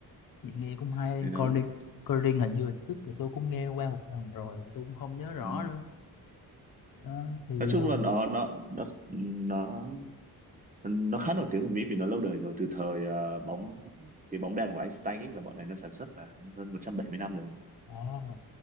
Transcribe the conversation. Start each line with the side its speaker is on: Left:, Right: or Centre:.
Left: Vậy nghe cũng hay
Right: thì nó
Left: coi riêng coi riêng hình như là trước giờ tôi cũng nghe qua một lần rồi mà tôi cũng không nhớ rõ
Right: ừ.
Left: nữa đó thì
Right: nói chung
Left: ờ,
Right: là nó nó nó nó nó khá nổi tiếng ở Mỹ vì nó lâu đời rồi từ thời ờ, bóng cái bóng đèn của Einstein ấy, là bọn này nó sản xuất là hơn 170 năm rồi
Left: ờ,